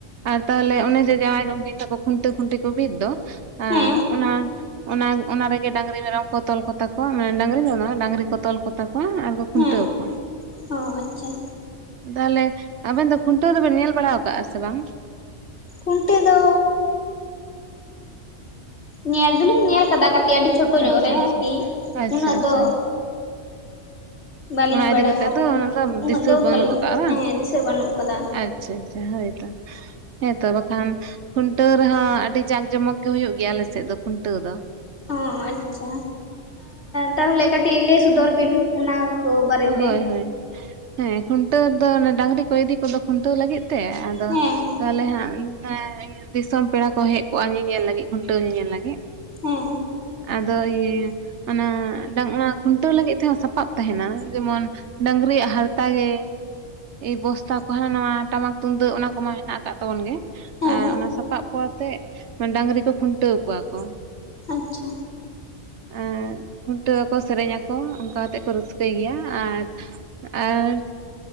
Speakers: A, on the right; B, on the left.
A: ᱟᱨ ᱛᱟᱦᱚᱞᱮ ᱚᱱᱮ ᱡᱮ ᱡᱟᱶᱟᱭ ᱜᱚᱝᱠᱤᱱ ᱛᱟᱠᱚ ᱠᱷᱩᱱᱴᱟᱹ ᱠᱷᱩᱱᱴᱤ ᱠᱚ ᱵᱤᱫ ᱫᱚ ᱟᱨ
B: ᱦᱮᱸ
A: ᱚᱱᱟ ᱚᱱᱟ ᱚᱱᱟ ᱨᱮᱜᱮ ᱰᱟᱹᱟᱝᱨᱤ ᱢᱮᱨᱚᱢ ᱠᱚ ᱛᱚᱞ ᱠᱚᱛᱟ ᱠᱚᱣᱟ ᱢᱮ ᱰᱟᱝᱨᱤ ᱢᱮ ᱰᱟᱝᱨᱤ ᱠᱚ ᱛᱚᱞ ᱠᱚᱛᱟ ᱠᱚᱣᱟ ᱠᱷᱩᱱᱟᱹᱣ
B: ᱦᱮᱸ
A: ᱠᱚᱣᱟ
B: ᱚ ᱟᱪᱪᱷᱟ
A: ᱛᱟᱦᱚᱞᱮ ᱟᱵᱮᱱ ᱫᱚ ᱠᱷᱩᱱᱴᱟᱹᱣ ᱵᱚᱱ ᱧᱮᱞ ᱵᱟᱲᱟ ᱟᱠᱟᱫᱟ ᱥᱮ ᱵᱟᱝ
B: ᱠᱷᱩᱱᱴᱤᱟᱹ ᱫᱚ ᱧᱮᱞ ᱫᱚᱞᱤᱧ ᱧᱮᱞ ᱟᱠᱟᱫᱟ ᱠᱟᱹᱴᱤᱡ ᱟᱹᱰᱤ ᱪᱷᱚᱴᱳ ᱚ ᱧᱚᱜ
A: ᱟᱪᱪᱷᱟ
B: ᱨᱮ
A: ᱟᱪᱪᱷᱟ
B: ᱟᱨ ᱠᱤ
A: ᱟᱪᱪᱷᱟ
B: ᱩᱱᱟᱹᱜ
A: ᱟᱪᱪᱷᱟ
B: ᱫᱚ ᱵᱟᱹᱞᱤᱧ
A: ᱚᱱᱟ ᱤᱫᱤ
B: ᱵᱟᱲᱟᱭᱟ
A: ᱠᱟᱛᱮ
B: ᱟᱨᱠᱤ
A: ᱫᱚ ᱚᱱᱟ ᱫᱚ
B: ᱩᱱᱟᱹᱜ
A: ᱫᱤᱥᱟᱹ
B: ᱫᱚ
A: ᱵᱟᱹᱱᱩᱜ
B: ᱵᱟᱹᱞᱤᱧ
A: ᱟᱠᱟᱫᱼᱟ ᱵᱟᱝ
B: ᱦᱮᱸ
A: ᱟ?
B: ᱫᱤᱥᱟᱹ ᱵᱟᱹᱱᱩᱜ ᱠᱟᱫᱟ
A: ᱟᱪᱪᱷᱟ ᱟᱪᱪᱷᱟ ᱦᱳᱭᱛᱚ ᱦᱮᱸᱛᱚ ᱵᱟᱠᱷᱟᱱ ᱠᱷᱩᱱᱴᱟᱹᱣ ᱨᱮᱦᱚᱸ ᱟᱹᱰᱤ ᱡᱟᱠ ᱡᱚᱢᱚᱠ ᱜᱮ ᱦ ᱦᱩᱭᱩᱜ ᱜᱮᱭᱟ ᱟᱞᱮᱥᱮᱫ ᱫᱚ ᱠᱷᱩᱱᱴᱟᱹᱣ ᱫᱚ
B: ᱚ ᱟᱪᱪᱷᱟ ᱛᱟᱦᱚᱞᱮ ᱠᱟᱹᱴᱤᱡ ᱞᱟᱹᱭ ᱥᱚᱫᱚᱨ ᱵᱤᱱ ᱚᱱᱟ ᱠᱚ ᱵᱟᱨᱮᱛᱮ
A: ᱦᱳᱭ ᱦᱳᱭ ᱦᱮᱸ ᱠᱷᱩᱱᱴᱟᱹᱣ ᱫᱚ ᱰᱟᱝᱨᱤ ᱠᱚ ᱤᱫᱤ ᱠᱚᱫᱚ ᱠᱷᱩᱱᱴᱟᱹᱣ ᱞᱟᱹᱜᱤᱫ ᱛᱮ ᱟᱫᱚ
B: ᱦᱮᱸ
A: ᱛᱟᱦᱚᱞᱮ ᱦᱟᱸᱜ ᱫᱤᱥᱚᱢ ᱯᱮᱲᱟ ᱠᱚ ᱦᱮᱡ ᱠᱚᱜᱼᱟ ᱧᱮᱧᱮᱞ ᱞᱟᱹᱜᱤᱫ ᱠᱷᱩᱱᱴᱟᱹᱣ ᱧᱮᱧᱮᱞ ᱞᱟᱹᱜᱤᱫ
B: ᱦᱮᱸ
A: ᱟᱫᱚ ᱤᱭᱟᱹ ᱚᱱᱟ ᱚᱱᱟ ᱠᱷᱩᱱᱴᱟᱹᱣ ᱞᱟᱹᱜᱤᱫ ᱛᱮᱦᱚᱸ ᱥᱟᱯᱟᱵ ᱛᱟᱦᱮᱱᱟ ᱡᱮᱢᱚᱱ ᱰᱝᱨᱤᱭᱟᱜ ᱦᱟᱨᱛᱟ ᱜᱮ ᱮᱭ ᱵᱚᱥᱛᱟ ᱠᱚ ᱦᱟᱱᱟ ᱱᱚᱣᱟ ᱴᱟᱢᱟᱠ ᱛᱩᱢᱫᱟᱹᱜ ᱚᱱᱟ ᱠᱚᱢᱟ ᱢᱮᱱᱟᱜ ᱟᱠᱟᱫ ᱛᱟᱵᱚᱱ ᱜᱮ
B: ᱦᱮᱸ
A: ᱚᱱᱟ ᱥᱟᱯᱟᱵ ᱚ ᱟᱛᱮ ᱰᱟᱝᱨᱤ ᱠᱚ ᱠᱷᱩᱱᱴᱟᱹᱣ ᱠᱚᱣᱟ ᱠᱚ
B: ᱟᱪᱪᱷᱟ
A: ᱟᱨ ᱠᱷᱩᱱᱴᱟᱹᱣ ᱟᱠᱚ ᱥᱮᱨᱮᱧ ᱟᱠᱚ ᱚᱱᱠᱟ ᱠᱟᱛᱮᱫ ᱠᱚ ᱨᱟᱹᱥᱠᱟᱹᱭ ᱜᱮᱭᱟ ᱟᱨ ᱟᱨ